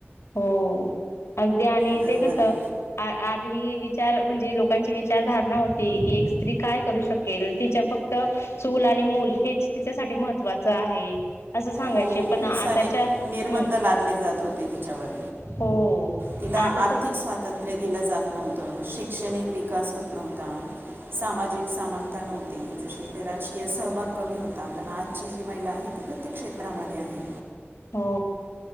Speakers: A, on the left (about 85°); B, on the right (about 55°).
A: हो अगदी आणि
B: बरोबर
A: ते कस
B: ना?
A: अ-अं धी विचार म्हणजे लोकांची विचारधारणा होती की एक स्त्री काय करू शकेल तिच्या फक्त चूल आणि मूल हेच तिच्यासाठी महत्त्वाचं आहे असं सांगायचे
B: हो
A: पण
B: खूप
A: आताच्या
B: सारे
A: हम्म
B: निर्बंध लादले जात होते तिच्यावर
A: हो
B: तिला
A: आता
B: आर्थिक
A: तस
B: स्वातंत्र्य दिलं जात नव्हत शिक्षणिक णिक विकास होत नव्हता सामाजिक
A: हो
B: समानता नव्हती जशी अ राजकीय सहभाग कमी होता पण आजची जी महिला आहे ती प्रत्येक क्षेत्रामध्ये आहे
A: हो